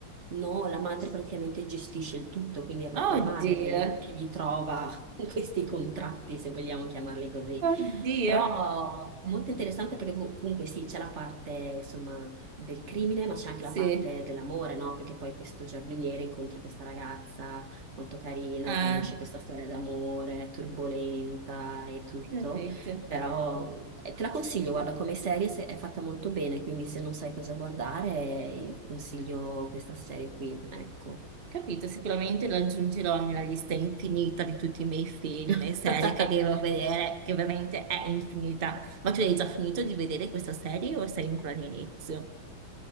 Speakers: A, on the right; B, on the right.
A: No, la madre praticamente gestisce il tutto, quindi è proprio
B: Oddio,
A: la madre che, le- che gli trova <laughs> questi contratti, se vogliamo chiamarli così.
B: oddio,
A: Però è molto interessante perché co- comunque sì, c'è la parte insomma del crimine, ma c'è anche
B: sì,
A: la parte dell'amore, no? Perché poi questo giardiniere incontra questa ragazza molto carina
B: ah,
A: e poi nasce questa storia d'amore turbolenta e tutto.
B: capito,
A: Però eh, te la consiglio, guarda, come serie se- è fatta molto bene, quindi se non sai cosa guardare, eh, io ti consiglio questa serie qui, ecco.
B: capito, sicuramente lo aggiungerò nella lista infinita di tutti i miei film
A: <laughs>
B: e serie che devo vedere, che ovviamente è infinita. Ma tu hai già finito di vedere questa serie o sei ancora all'inizio?